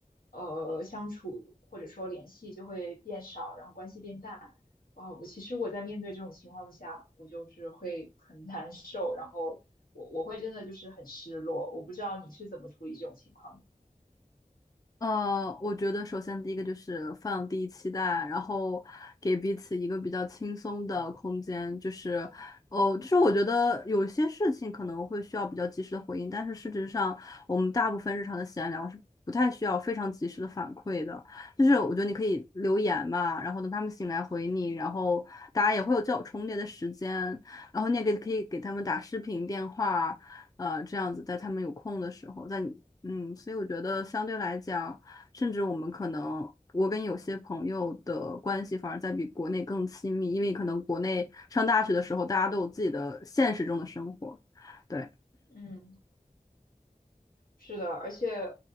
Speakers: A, on the left (about 75°); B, on the left (about 25°).
A: 呃相处或者说联系就会变少，然后关系变淡。啊，我其实我在面对这种情况下，我就是会很难受，然后我我会真的就是很失落。我不知道你是怎么处理这种情况的。
B: 呃，我觉得首先第一个就是放低期待，然后给彼此一个比较轻松的空间，就是，哦，就是我觉得有些事情可能会需要比较及时的回应，但是事实上我们大部分日常的闲聊是不太需要非常及时的反馈的，就是我觉得你可以留言嘛，然后等他们醒来回你，
A: 嗯
B: 然后大家也会有较重叠的时间，然后你也给可以给他们打视频电话。呃，这样子在他们有空的时候，在你嗯，所以我觉得相对来讲，甚至我们可能我跟有些朋友的关系反而在比国内更亲密，因为可能国内上大学的时候，大家都有自己的现实中的生活，对。
A: 嗯是的，而且